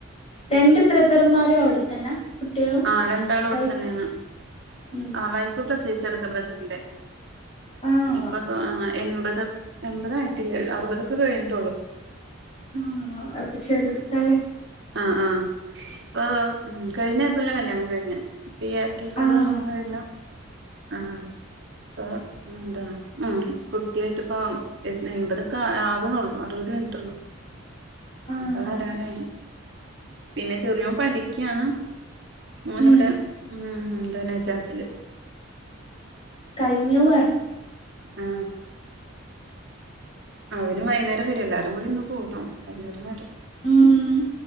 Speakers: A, on the left; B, on the right.
A: രണ്ട് ബ്രദർമാരും അവിടെത്തന്നെ കുട്ടികളും
B: ആ രണ്ടാള അവിടെ
A: വൈഫും
B: തന്നെയാണ്
A: ഉം
B: ആ വൈഫ് പ്രസവിച്ചെടക്ക ബ്രദറിറെ
A: ആഹ്
B: ഇപ്പ എൺപത് എൺപത ആയിട്ടില്ലേ അറുപതൊക്കെ കഴിഞ്ഞിട്ടുള്ളൂ
A: ആഹ അപ്പൊ ചെറുത്തല്ലേ
B: ആ ആ പ്പ കഴിഞ്ഞ ഏപ്രിലെ കല്യാണം കഴിഞ്ഞ ഇപ്പൊ ഈ ഏപ്രിലക്ക്
A: ആഹ്
B: ഒരു വർഷം കഴിഞ്ഞ ആഹ് അപ്പ എന്താ ഉ കുട്ടിയായിട്ട് ഇപ്പ എൺപതൊക്കെ ആകണള്ളൂ അറുപത് ട്ടൊള്ളു
A: ആഹ്
B: അപ്പൊ വരാനായി പിന്നെ ചെറിയോൻ പഠിക്കയാണ് ഓൻ
A: ഉം
B: ഇവിടെ ഉം എന്ത നജാത്തില്
A: കഴിഞ്ഞൂവർ
B: ആ അവന് വൈകുന്നേരം വരും എല്ലാരും കൂടി ഇന്ന് കൂടണം വൈകുന്നേരം വരും
A: ഉം